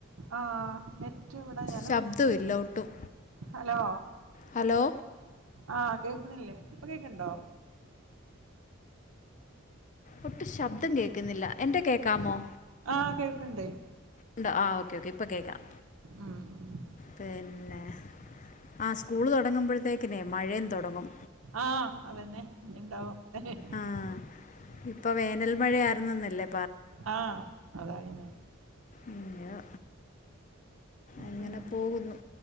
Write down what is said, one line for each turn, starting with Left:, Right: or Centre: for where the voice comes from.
Right: ആഹ് നെറ്റ് ക്ക് ഇവിടെ ഞാനു
Left: ശബ്ദമില്ല ഒട്ടും
Right: ഹലോ
Left: ഹലോ
Right: ആഹ് കേക്കുന്നില്ലേ ഇപ്പൊ കേക്കുന്നുണ്ടോ
Left: ഒട്ടും ശബ്ദം കേക്കുന്നില്ല എന്റെ കേക്കാമോ
Right: ആഹ് കേൾക്കണ്ടെയ്
Left: ഉണ്ടോ ആ ഓക്കെ ഓക്കെ ഇപ്പൊ കേൾക്കാം
Right: ഉം ഉം
Left: പിന്നെ ആഹ് സ്കൂള് തുടങ്ങുമ്പഴ്ത്തേക്കിന് മഴേം തുടങ്ങും.
Right: ആഹ് അതെന്നെ ഇനി ഇണ്ടാവും <unintelligible>
Left: ആഹ് ഇപ്പോ വേനൽ മഴയായിരുന്നുന്നല്ലേ.
Right: ആഹ് അതായിരുന്നു.
Left: അയ്യോ അങ്ങനെ
Right: പിന്നെ
Left: പോവുന്നു